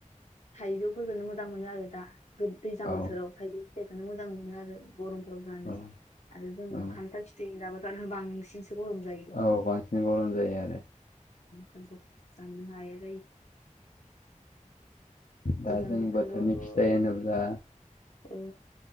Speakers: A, on the left; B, on the left.
A: थाइजौफोरखौनो मोजां मोनो आरो दा। दैज्लां
B: औ
A: बोथोराव थायजौ फिथाइखौनो मोजां मोनो आरो। गरमफोराव जानो
B: औ
A: आरो जोंना
B: औ
A: खान्थाल फिथाइ जाबाथ' आरो बांसिन सो गरम जायो
B: औ बांसिन गरम जायो आरो
A: <inaudible> जानो हायो।
B: दा
A: गोजां
B: जों
A: बोथोरावथ'
B: बोथोरनि फिथाइ
A: औ औ
B: होनोब्ला